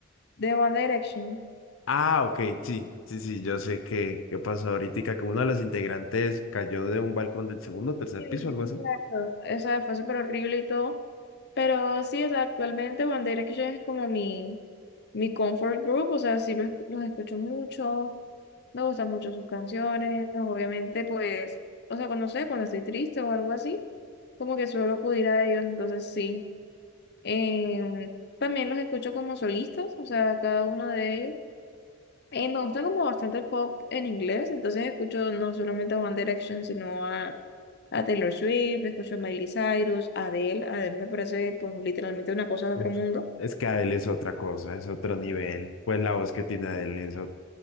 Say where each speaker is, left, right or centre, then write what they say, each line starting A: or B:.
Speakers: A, on the left; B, on the left.
A: De One Direction.
B: Ah, ok, sí, sí, sí, yo sé que, qué pasó ahorita, que uno de los integrantes cayó de un balcón del segundo o tercer
A: Sí,
B: piso, algo
A: exacto.
B: así.
A: O sea, fue súper horrible y todo. Pero sí, o sea, actualmente One Direction es como mi, mi comfort group. O sea, sí los, los escucho mucho. Me gustan mucho sus canciones. Obviamente, pues, o sea, cuando sé, cuando estoy triste o algo así, como que suelo acudir a ellos. Entonces, sí. Em, también los escucho como solistas, o sea, cada uno de ellos. Eh, me gusta como bastante el pop en inglés, entonces escucho no solamente a One Direction, sino a, a Taylor Swift, escucho a Miley Cyrus, a Adele. Adele me parece pues literalmente una cosa de
B: Uf,
A: otro mundo. O
B: Es que Adele es otra cosa, es otro nivel. Pues la voz que tiene Adele es, ot-